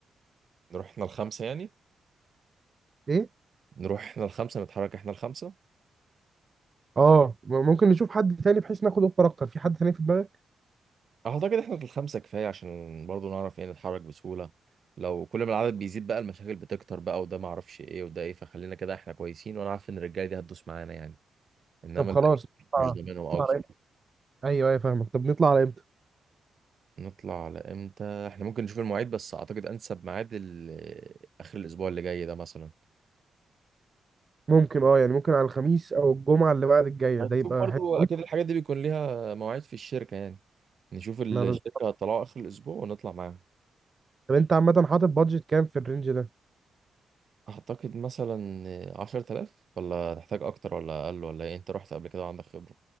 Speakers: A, on the right; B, on the right.
A: نروح احنا الخمسة يعني
B: ايه
A: نروح احنا الخمسة نتحرك احنا الخمسة
B: اه م- ممكن نشوف حد تاني بحيث ناخد اوفر اكتر في حد تاني في دماغك
A: اعتقد احنا الخمسة كفاية عشان برضو نعرف ايه نتحرك بسهولة لو كل ما العدد بيزيد بقى المشاكل بتكتر بقى وده معرفش ايه وده ايه فخلينا كده احنا كويسين وانا عارف ان الرجالة دي هتدوس معانا يعني انما
B: طب
A: الباقي
B: خلاص آه.
A: مش ضامنهم
B: نطلع
A: قوي بصراحه
B: على امتى ايوه ايوه فاهمك طب نطلع على امتى
A: نطلع على امتى احنا ممكن نشوف المواعيد بس اعتقد انسب ميعاد ال- اخر الاسبوع اللي جاي ده مثلا
B: ممكن اه يعني ممكن على الخميس او الجمعه اللي بعد الجايه
A: هنشوف
B: ده يبقى
A: برضو
B: حلو
A: اكيد
B: قوي
A: الحاجات دي بيكون ليها مواعيد في الشركه يعني نشوف الشركه
B: انا ب...
A: هتطلعوا اخر الاسبوع ونطلع معاهم
B: طب انت عامه حاطط بادجت كام في الرينج ده
A: اعتقد مثلا عشرة آلاف ولا تحتاج اكتر ولا اقل ولا ايه انت رحت قبل كده وعندك خبرة